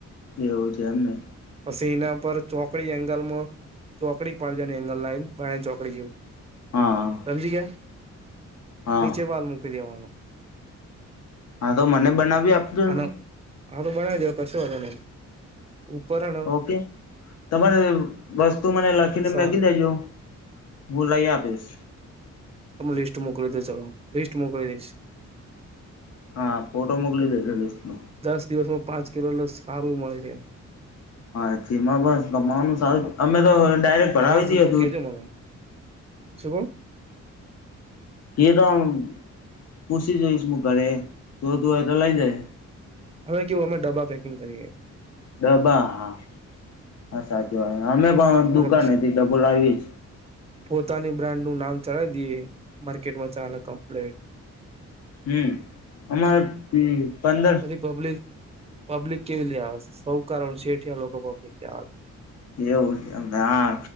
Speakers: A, on the left; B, on the right.
A: એવું છે એમને
B: પછી એના પર ચોકડી એંગલમાં ચોકડી પ પાડજની એંગલ લંન બરાણી ચોકડીરી જે
A: હા
B: સમજી ગયા
A: હા
B: નીચે વાલ મૂકી દેવાનું
A: હા તો મને બનાવી આપજો
B: અને
A: ને
B: હા તો બનાવી દો કશો હો તમે ઉપરણ
A: ઓકે તમારે વસ્તુ મને લખીને
B: સારું
A: મેકી દેજો મુ લાઈ આપીશ
B: મુ લિસ્ટ મોકલી દો ચાલો લિસ્ટ મોકલી દઈશ
A: હા ફોટો મોકલી દેજ લિસ્ટ ન
B: દસ દિવસમાં પાંચ કિલો લસ સારું મળી રહે એમ
A: હાછીમાં બસ તમામાવાનું સારું અમે તો ડાયરેક્ટ ભરાવી
B: તમાર સસુ
A: દઈએ દૂધ
B: કજો મને શું કો
A: કે તો આમ પોછી જોઈશ હું ઘરે જોતું હોય તો લઈ જાય
B: હવે કેવું અમે ડબ્બ પેકિંગ કરીએઈએ
A: ડબા હા હા સાચી વાત અમે પણ દુકાાન
B: અને
A: ને થી ડબો લાવીયે
B: પોતાની બ્રાન્ડ નું નામ ચલાવી દઈએ માર્કેટમાં ચાના કંપલે
A: હમ્મ અમારે પંદર
B: બધી પબ્લિક પબ્લિક કેવી લેહા સૌ કારણ છેઠ લોકો પબ્લિક લ
A: એવું હા